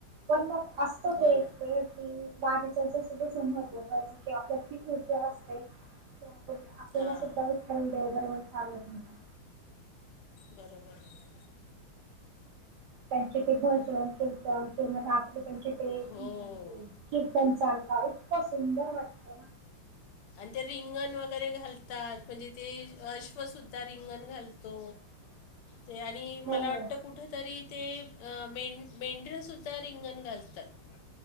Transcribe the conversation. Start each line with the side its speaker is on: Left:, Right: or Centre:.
Right: पण मग असतं
Left: हो
Right: ते
Left: ना
Right: एक वेळ की वारीच जसं जसं महत्व कळतं की आपल्यात ती ऊर्जा असते, की आपण आपल्याला
Left: हां
Right: सुद्धा वि ठ्ठल देव बरोबर चालतं नेतो.
Left: बरोबर आहे.
Right: त्यांचे ते भजन कीर्तन किंवा रात्री त्यांचे ते हे
Left: हो
Right: कीर्तन चालता इतकं सुंदर वाटत ना.
Left: आण ते रिंगण वगैरे घालतात म्हणजे ते अश्वसुद्धा रिंगण घालतो.
Right: <inaudible>
Left: ते आणि
Right: हो
Left: मला वाटतं कुठं ठ तरी ते अ मेंढ मेंढऱ्य सुद्धा रिंगण घालतात.